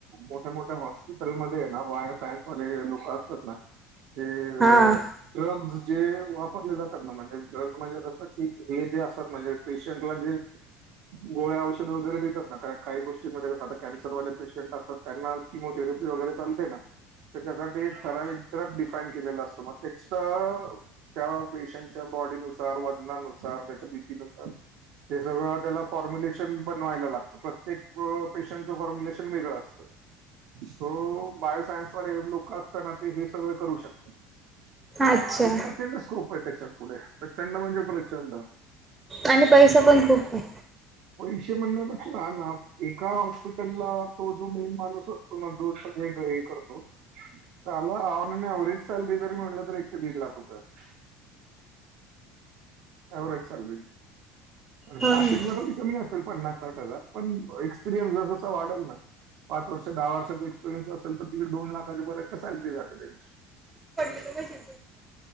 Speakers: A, on the right (about 65°); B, on the right (about 20°).
A: मोठ्या मोठ्या हॉस्पिटलमध्ये आहे ना बायोसायन्सवाले लोकं असतात ना ते अ
B: हा
A: ड्रग्ज जे वापरले जातात ना, म्हणजे ड्रग्ज म्हणजे कसं की हे जे असतात म्हणजे पेशंटला जे गोळ्या औश् ते वगैरे देतात ना, कारण काही गोष्टी मध्ये कसं आता कॅन्सरवाले पेशंट असतात त्यांना किमोथेरपी वगैरे चालते ना. त्याच्यासाठी ठराविक द्र डिफाईन केलेलं असतं मग त्याचा त्या पेशंटच्या बॉडीनुसार, वजनानुसार त्याच्या बीपी नुसार ते सगळं अ त्याला फॉर्मुले चवी बनवायला लागत प्रत्येक अ पेशंटचं फॉर्म्युलेशन वेगळं असतं. सो बायोसायन्स वाले लोक असता ना ते हे सगळं करू शकतात.
B: अच्छा
A: आरे प्रचंड स्कोप ये त्याच्यात पुढे प्रचंड म्हणजे प्रचंड
B: आणि पैसा पण खूप ये.
A: पैसे म्हणण्यापेक्षा हा ना एका हॉस्पिटलला तो जो मेन माणुस अस तो मग जोरपण हे करतो. त्यांना आणं एवरेज सॅलरी जरी म्हटलं तर एक ते दीड लाख रुपये अस एव्हरेज सॅलरी
B: हो
A: स्टार्टिंगला
B: ना
A: थोडी कमी असल पन्नास साठ हजार पण एक्सपिरियन्स जसजसा वाढल ना पाच वर्ष दहा वर्षाचा एक्सपिरियन्स असल तर दीड दोन लाखाांपर्यंत सॅलरी जाते त्यांची
B: पडली त माहि